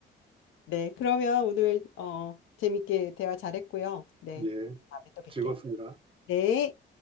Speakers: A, on the left (about 80°); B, on the right (about 25°).
A: 네, 그러면 오늘 어, 재밌게 대화 잘했고요. 네,
B: 예, 예,
A: 다음에 또 뵐게요.
B: 즐겁습니다.
A: 네.